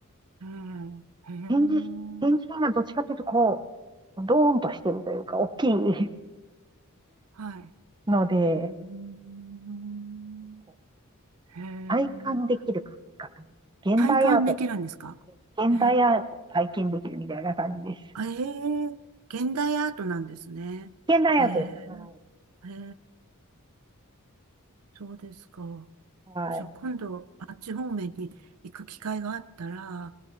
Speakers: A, on the right; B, on the right.
A: へえ、へえ、
B: 展示、展示品がどっちかというと、こう、ドーンとしてるというか、大きい <laughs>
A: はい。
B: ので、
A: うん。
B: こう
A: へえ、
B: 体感できる感じかな。
A: 体感できるんですかへえ、
B: 現代アートの、現代アートを体験できるみたいな感じです。
A: あええ、現代アートなんですね。
B: 現代アートです。
A: へえ、
B: はい。
A: へえ。そうですか。
B: はい。
A: じゃあ今度、あっち方面に行く機会があったら、